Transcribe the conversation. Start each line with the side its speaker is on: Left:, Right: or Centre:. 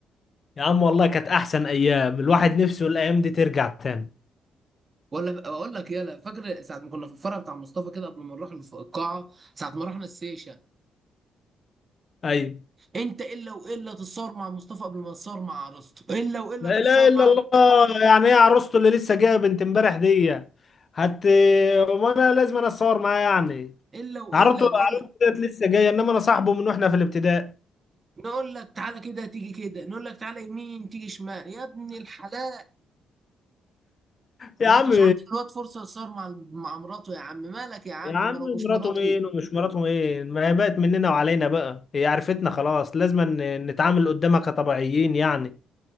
Left: يا عم والله كانت احسن ايام الواحد نفسه الايام دي ترجع تاني
Right: ولا اقول لك يلا فاكر ساعه ما كنا في الفرع بتاع مصطفى كده قبل ما نروح الف- القاعه ساعه ما رحنا السيشه
Left: ايوه
Right: انت الا والا تتصور مع مصطفى قبل ما تتصور مع عروسته الا والا
Left: لا
Right: تتصور
Left: اله الا
Right: مع
Left: الله يعني ايه عروسته اللي لسه جايه بنت امبارح دي هت وانا لازم انا اتصور معاه يعني
Right: الا والا
Left: عروسته
Right: نقول
Left: عروسته ديت لسه جايه انما انا صاحبه من واحنا في الابتدائي
Right: نقول لك تعالى كده تيجي كده نقول لك تعالى يمين تيجي شمال يا ابن الحلال
Left: يا
Right: ما
Left: عم
Right: انتش عاطي الواد فرصه يصار مع مع مراته يا عم مالك يا عم
Left: يا عم
Right: ما لو مش
Left: مراته
Right: مراته
Left: مين ومش مراته مين ما هي بقت مننا وعلينا بقى هي عرفتنا خلاص لازم ن- نتعامل قدامها كطبيعيين يعني